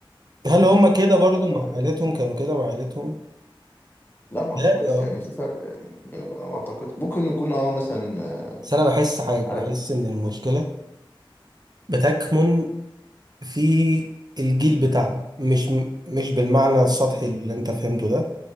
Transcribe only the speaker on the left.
انت
لا ما اعتقدش
يعني في فرق يعني ما اعتقد ممكن يكون اه مثلا آه،
عارف